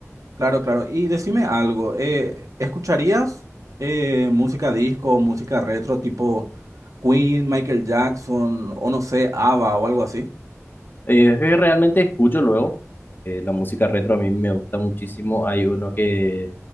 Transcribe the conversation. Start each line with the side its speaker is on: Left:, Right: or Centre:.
Right: Claro, claro. Y decime algo, eh, ¿escucharías eh, música disco, música retro tipo Queen, Michael Jackson o no sé, ABBA o algo así?
Left: Eh, es que realmente escucho luego. eh, la música retro a mí me gusta muchísimo. Hay uno que,